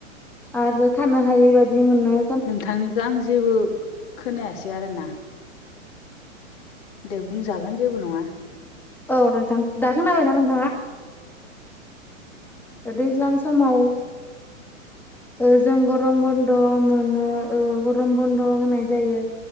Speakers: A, in the centre; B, on the left.
A: आरो थानो हायै बायदि मोननाय
B: नोंथांनिखौ आं जेबो खोनायासै आरोना दे बुंजागोन जेबो नंङा
A: औ नोंथां दा खोनाबायना नोंथांङा दैज्लां समाव ओ जों गरम बन्द मोनो ओ गरम बन्द होनाय जायो